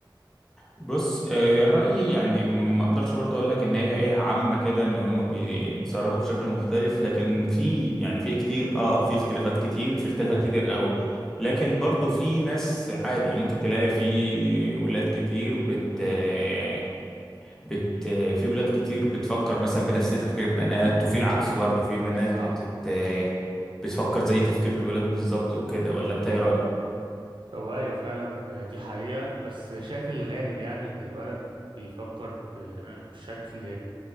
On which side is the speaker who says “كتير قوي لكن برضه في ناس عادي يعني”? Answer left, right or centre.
Centre